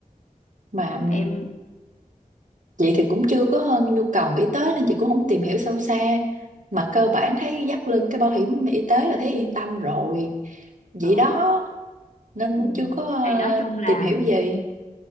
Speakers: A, on the right; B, on the left.
A: mà ừ,
B: em
A: chị thì cũng chưa có nhu cầu nghĩ tới nên chị cũng không tìm hiểu sâu xa mà cơ bản thấy dắt lưng cái bảo hiểm y tế là thấy yên tâm rồi vậy
B: ừ.
A: đó nên
B: Ừ.
A: cũng chưa có ờ,
B: thì nói chung là
A: tìm hiểu gì